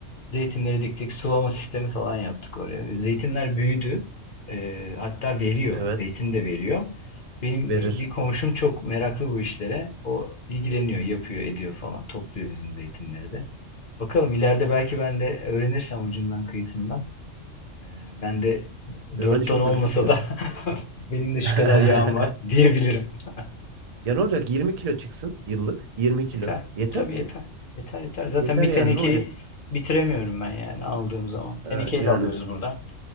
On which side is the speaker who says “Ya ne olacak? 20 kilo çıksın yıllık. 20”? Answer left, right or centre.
Right